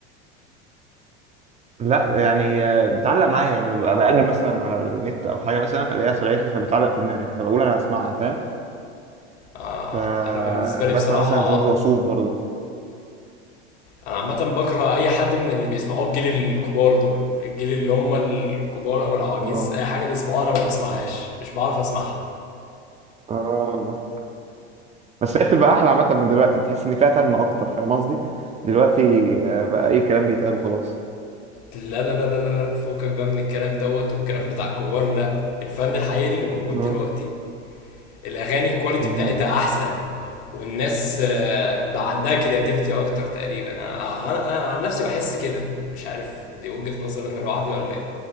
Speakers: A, on the right; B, on the left.
A: لا يعني آه، بتعلق معايا يعني ببقى بقلب <laughs> مثلا على النت او حاجه مثلا الاقيها طلعت لي فبتعلق في دماغي فبقول انا هسمعها فاهم
B: آه
A: فبسمع
B: انا بالنسبه لي بصراحه
A: مثلا جورج وسوف برضه
B: انا عامه بكره اي حد من اللي بيسمعوه الجيل الكبار دول الجيل اللي هم الكبار او العواجيز
A: اه
B: اي حاجه بيسمعوها انا ما بسمعهاش مش بعرف اسمعها
A: اه بس هي بتبقى احلى عامه من دلوقتي بتحس ان فيها فن اكتر فاهم قصدي دلوقتي آه، بقى اي كلام بيتقال وخلاص
B: لا لا لا لا لا لا فكك بقى من الكلام دوت والكلام بتاع الكبار لا الفن الحقيقي اللي موجود
A: اه
B: دلوقتي الاغاني الكواليتي
A: مم.
B: بتاعتها احسن والناس آه، بقى عندها كرياتيفيتي اكتر تقريبا انا أنا- أنا عن نفسي بحس كده مش عارف دي وجهة نظر انا لوحدي ولا ايه